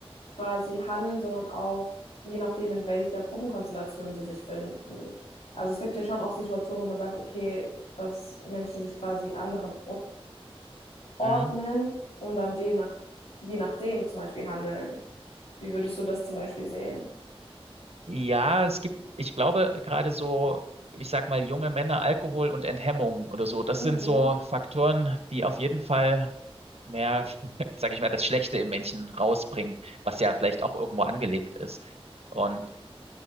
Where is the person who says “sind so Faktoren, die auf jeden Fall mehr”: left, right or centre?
Right